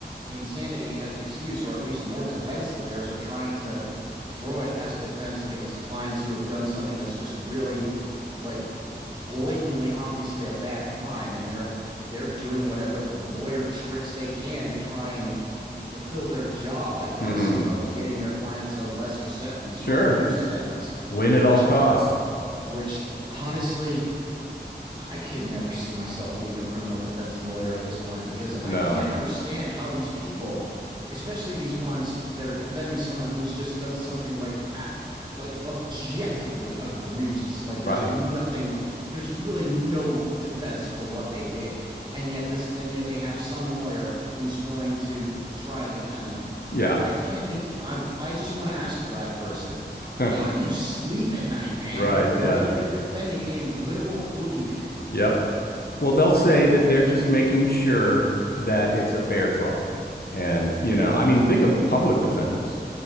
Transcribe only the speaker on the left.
Mm,
sure.
Win at
all costs.
No,
right.
Yeah.
<laughs>
Right.
Yeah.
Yep. Well, they'll say that they're just making sure that it's a fair trial. And, you know, I mean, think of public defenders.